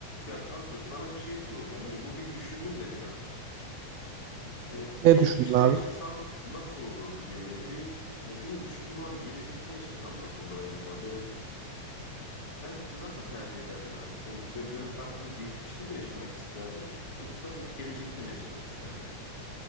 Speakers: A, on the left (about 25°); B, on the right (about 75°).
A: Ya kanka sana bir şey soracağım. Böyle bugün düşündüm de biraz. Yani
B: Ne
A: geçmişte
B: düşündün abi?
A: yaşasam nasıl olurdu diye böyle bir yani bir de düşündüm olan gelecekte yaşasam nasıl olur acaba? Böyle sen nasıl tercih ederdin abi? Sen böyle dönüp baktığında geçmişte mi yaşamak isterdin yoksa gelecekte mi yaşamak isterdin?